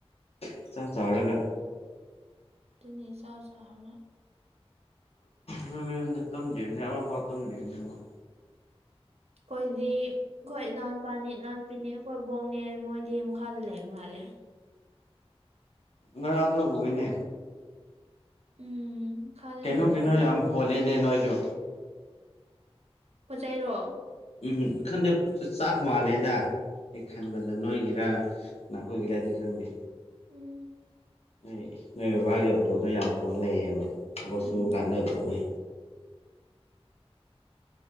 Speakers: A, on the left; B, on the right.
A: ꯏꯆꯥꯎ ꯆꯥꯎꯔꯒ꯫
B: ꯑꯗꯨꯅꯦ ꯏꯁꯥ ꯆꯥꯎꯔꯒ꯫
A: ꯃꯣꯏ ꯃꯌꯨꯝꯗ ꯇꯝꯗꯔꯤꯕꯅꯦ ꯑꯃꯨꯛꯄꯥꯎ ꯇꯝꯗꯔꯤꯕꯅꯦ ꯃꯣꯏ꯫꯫
B: ꯀꯣꯏꯗꯤ꯫ ꯑꯩꯈꯣꯏ ꯏꯅꯥꯎꯄꯥꯅꯦ ꯏꯅꯥꯎꯄꯤꯅꯦ ꯑꯩꯈꯣꯏ ꯕꯣꯛꯅꯦ ꯃꯣꯏꯗꯤ ꯃꯈꯥꯗ ꯂꯩꯕ ꯃꯥꯜꯂꯦ꯫
A: ꯉꯔꯥꯡꯗ ꯎꯅꯦ꯫
B: ꯎꯝ꯫ ꯃꯈꯥꯗ
A: ꯀꯩꯅꯣ
B: ꯂꯩꯕꯅꯤ
A: ꯀꯩꯅꯣ ꯌꯥꯝ ꯍꯣꯜꯂꯤꯅꯦ ꯅꯣꯏꯁꯨ꯫
B: ꯄꯣ ꯆꯩꯔꯣ꯫
A: ꯎꯝ ꯈꯟꯗꯦ ꯆꯥꯛ ꯃꯥꯜꯂꯦꯗ꯫ ꯑꯩ ꯈꯟꯕꯗ ꯅꯣꯏꯒꯤꯔ ꯅꯈꯣꯏꯒꯤꯔꯗꯤ ꯈꯪꯗꯦ꯫
B: ꯎꯝ꯫
A: ꯅꯣꯏ ꯅꯣꯏ ꯕꯕꯥꯒꯤ ꯑꯣꯇꯣꯗꯣ ꯌꯥꯝ ꯍꯣꯜ ꯂꯩꯌꯦꯕ ꯊꯕꯛ
B: ꯎꯝ
A: ꯁꯨꯕ ꯀꯥꯟꯗ ꯎꯑꯦ꯫